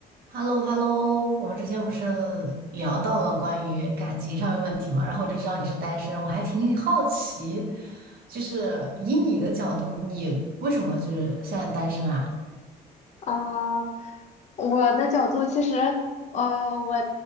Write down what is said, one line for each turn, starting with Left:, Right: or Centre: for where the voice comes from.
Right: h e l l o h e l l o 我们之前不是聊到了关于感情上面问题嘛，然后我就知道你是单身，我还挺好奇，就是以你的角度，你为什么就是现在单身啊？
Left: 啊，我的角度其实，呃，我